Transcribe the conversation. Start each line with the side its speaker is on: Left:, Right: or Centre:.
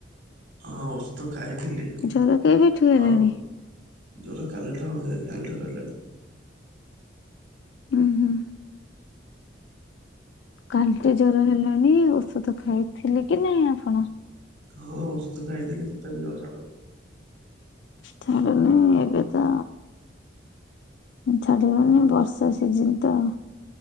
Right: ହଁ ଔଷଧ ଖାଇଥିଲି।
Left: ଜର କେବେଠୁ ହେଲାଣି?
Right: ଆଉ ଜର କାଲିଠାରୁ ହେଲା କାଲିଠାରୁ ହେଲାଣି।
Left: ହୁଁ ହୁଁ କାଲିଠୁ ଜର ହେଲାଣି ଔଷଧ ଖାଇଥିଲେ କି ନାଇଁ ଆପଣ?
Right: ହଁ ଔଷଧ ଖାଇଥିଲି ତଥାପି ଜର ଛାଡ଼ୁନି।
Left: ଛାଡୁନି ଏବେତ ଛାଡିବନି ବର୍ଷା ସିଜିନ ତ।